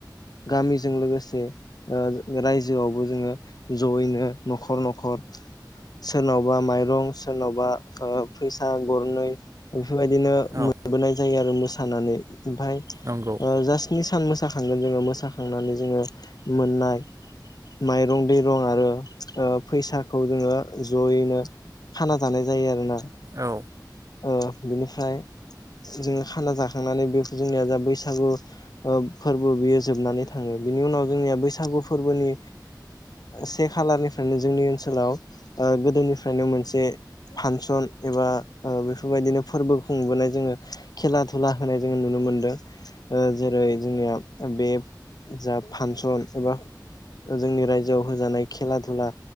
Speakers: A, on the left; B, on the right.
A: गामिजों लोगोसे रायजोआवबो जोङो जयैनो न'खर न'खर सोरनाव बा माइरं सोरनाव बा फैसा गरनै बेफोरबायदिनो
B: औ
A: मोनबोनाय जायो आरो मोसानानै ओमफफ्राय
B: नंगौ
A: जा स्नि सान मोसाखा खांगोन जोङो मोसाखांनानै जोङो मोननाय माइरं दैरं आरो फैसाखौ जोङो जयैनो खाना जानाय जायो आरो ना।
B: औ
A: औ बिनिफ्राय जोङो खाना जाखांनानै बे जोंनिया जा बैसागु फोरबो बियो जोबनानै थाङो। बिनि उनाव जोंनिया बैसागु फोरबोनि से खालारनिफ्रायनो जोंनि ओनसोलाव गोदोनिफ्रायनो मोनसे फांसन एबा बेफोरबायदिनो फोरबो खुंबोनाय जोङो खेला धुला होनाय जोङो नुनो मोनदों। जेरै ओरै जोंनिया बे जा फांसन एबा जोंनि रायजोआव होजानाय खेला धुला